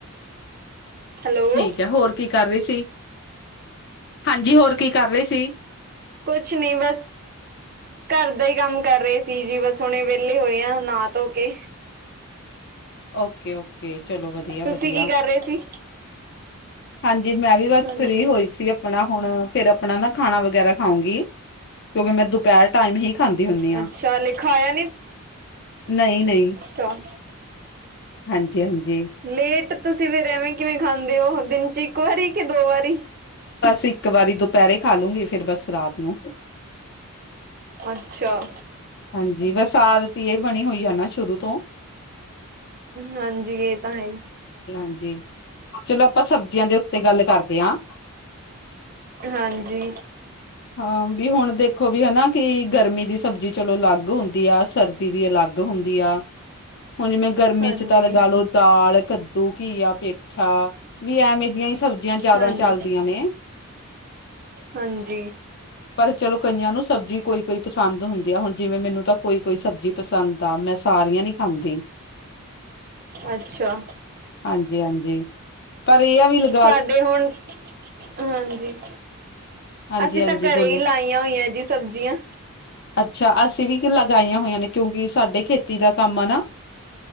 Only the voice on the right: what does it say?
ਹੈਲੋ
ਕੁਛ ਨੀ ਬਸ, ਘਰ ਦਾ ਹੀ ਕੰਮ ਕਰ ਰਹੇ ਸੀ ਜੀ ਬਸ, ਹੁਣੇ ਵਿਹਲੇ ਹੋਏ ਆ ਨਾ ਧੋ ਕੇ,
ਤੁਸੀਂ
ਕੀ ਕਰ ਰਹੇ ਸੀ?
ਹਾਂਜੀ
ਅੱਛਾ ਲਿਖਾਇਆ
ਤਾਂ-
ਲੇਟ ਤੁਸੀਂ ਫੇਿਰ ਐਵੇਂ ਕਿਵੇਂ ਖਾਂਦੇ ਹੋ? ਦਿਨ ਚ' ਇੱਕ ਵਾਰੀ ਕਿ ਦੋ ਵਾਰੀ
ਅੱਛਾ!
ਹਾਂਜੀ ਇਹ ਤਾਂ ਹੈ ਹੀ,
ਹਾਂਜੀ,
ਹਾਂਜੀ
ਹਾਂਜੀ
ਹਾਂਜੀ।
ਅੱਛਾ।
ਸਾਡੇ ਹੁਣ, ਹਾਂਜੀ।
ਅਸੀਂ
ਤਾਂ ਘਰੇ
ਹੀ ਲਾਈਆਂ ਹੋਈਆਂ ਜੀ ਸਬਜ਼ੀਆਂ